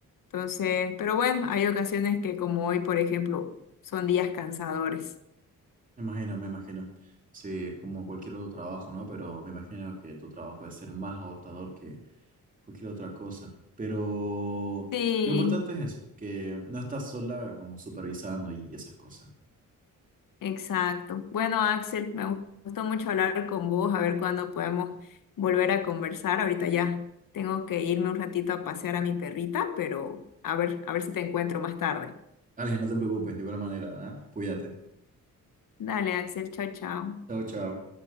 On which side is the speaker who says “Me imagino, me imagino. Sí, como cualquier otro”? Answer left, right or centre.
Right